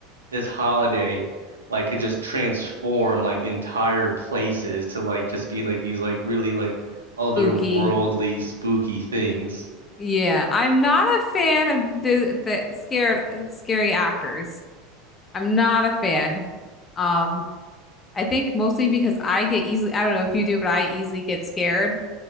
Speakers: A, on the right; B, on the left.
A: this holiday like could just transform like entire places to like just be like these like really like otherworldly
B: Spooky.
A: spooky things.
B: Yeah, I'm not a fan of the the scared scary actors. I'm not a fan. Um I think mostly because I get easily, I don't know if you do, but I easily get scared.